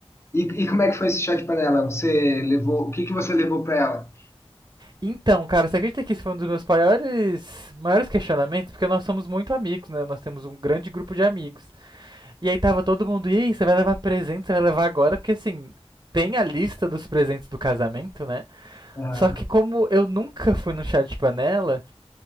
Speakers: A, on the left; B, on the right.
A: E, e como é que foi esse chá de panela? Você levou, o que que você levou pra ela?
B: Então, cara, você acredita que esse foi um dos meus maiores, maiores questionamentos? Porque nós somos muito amigos, né? Nós temos um grande grupo de amigos. E aí tava todo mundo, e aí, você vai levar presente, você vai levar agora, porque assim, tem a lista dos presentes do casamento, né?
A: Ah,
B: Só que como eu nunca fui no chá de panela,